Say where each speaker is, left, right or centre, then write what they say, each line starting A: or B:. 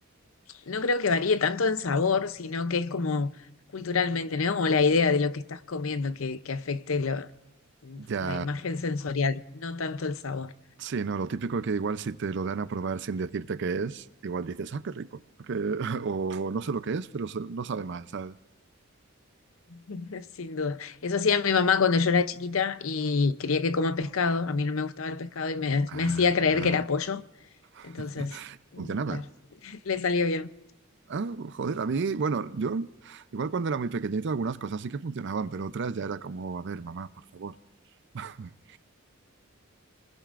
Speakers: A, on the left (about 70°); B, on the right (about 55°).
A: no creo que varíe tanto en sabor, sino que es como culturalmente, ¿no? Como la idea de lo que estás comiendo que, que afecte lo-
B: Ya
A: la imagen sensorial, no tanto el sabor.
B: Sí, no, lo típico que igual si te lo dan a probar sin decirte qué es, igual dices, ah, qué rico, que... <laughs> o no sé lo que es, pero se- no sabe mal, ¿sabes?
A: <laughs> Sin duda. Eso hacía mi mamá cuando yo era chiquita y quería que coma pescado. A mí no me gustaba el pescado y me, me
B: Anda.
A: hacía creer que era pollo. Entonces,
B: <laughs>
A: mm,
B: Funcionaba.
A: claro, <laughs> le salió bien.
B: Ah, joder, a mí, bueno, yo igual cuando era muy pequeñito algunas cosas sí que funcionaban, pero otras ya era como, a ver, mamá, por favor. <laughs>